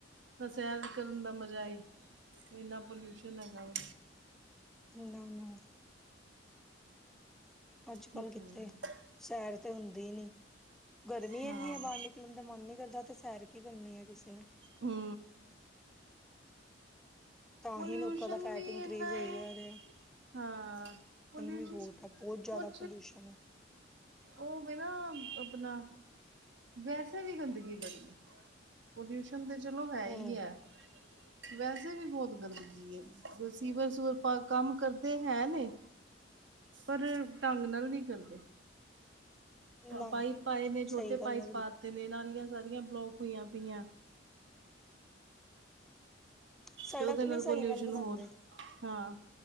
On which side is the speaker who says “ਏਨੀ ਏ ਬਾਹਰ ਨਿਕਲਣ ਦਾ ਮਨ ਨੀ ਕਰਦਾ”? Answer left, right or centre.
Centre